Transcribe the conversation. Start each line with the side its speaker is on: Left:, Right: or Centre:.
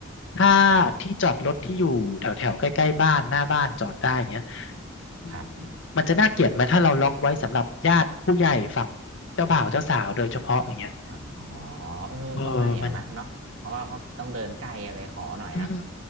Left: ถ้า
Right: ครับ
Left: ที่จอดรถที่อยู่แถวแถวใกล้ๆบ้านหน้าบ้านจอดได้อย่างเงี้ย อืม
Right: ครับ
Left: มันจะน่าเกลียดไหมถ้าเราล็อกไว้สำหรับญาติผู้ใหญ่ฝั่งเจ้าบ่าวเจ้าสาวโดยเฉพาะอย่างเงี้ย
Right: อ๋อเออก็ไม่เอานะเนาะเพราะว่าเขาต้องเดินไกลอะไรขอหน่อยนะ
Left: เออมันอืม